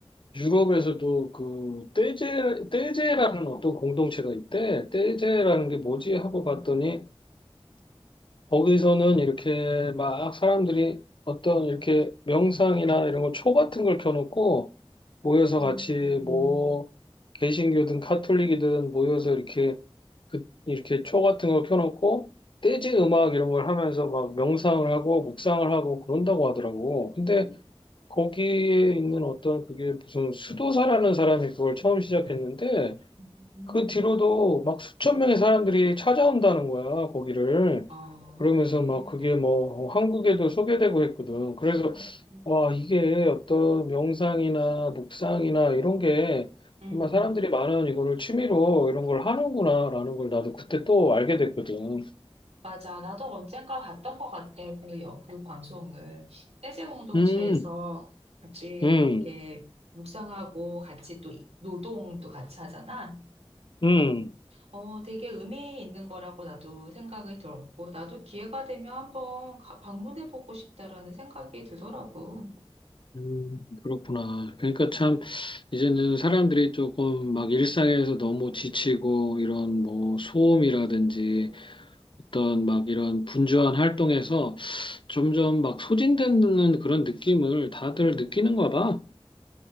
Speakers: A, on the left; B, on the right.
A: 유럽에서도 그 떼제, 떼제라는 어떤 공동체가 있대. 떼제라는 게 뭐지?
B: 음,
A: 하고 봤더니 거기서는 이렇게 막 사람들이 어떤 이렇게 명상이나 이런 거 초 같은 걸 켜놓고 모여서
B: 음,
A: 같이
B: 음, 음,
A: 뭐 개신교든 카톨릭이든 모여서 이렇게 그 이렇게 초 같은 걸 켜놓고 재즈 음악 이런 걸 하면서 막 명상을 하고 묵상을 하고 그런다고 하더라고. 근데 거기에 있는 어떤 그게 무슨 수도사라는 사람이 그걸 처음 시작했는데
B: 음.
A: 그 뒤로도 막 수천 명의 사람들이 찾아온다는 거야, 거기를.
B: 아,
A: 그러면서
B: 그래.
A: 막 그게 뭐 한국에도 소개되고 했거든. 그래서
B: 음,
A: 와, 이게 어떤 명상이나 묵상이나 이런 게
B: 음.
A: 정말
B: 음.
A: 사람들이 많은 이거를 취미로 이런 걸 하는구나라는 걸 나도 그때 또 알게 됐거든.
B: 맞아. 나도 언젠가 봤던 것 같아. 그, 여, 그 방송을. 세제 공동체에서
A: 음,
B: 같이
A: 음,
B: 그렇게 묵상하고 같이 또 이- 노동도 같이 하잖아.
A: 음,
B: 어, 되게 의미 있는 거라고 나도 생각이 들었고, 나도 기회가 되면 한번 가- 방문해보고 싶다라는 생각이 들더라고.
A: 음, 그렇구나. 그러니까 참 이제는 사람들이 조금 막 일상에서 너무 지치고 이런 뭐 소음이라든지 어떤 막 이런 분주한 활동에서 점점 막 소진되는 그런 느낌을 다들 느끼는가 봐.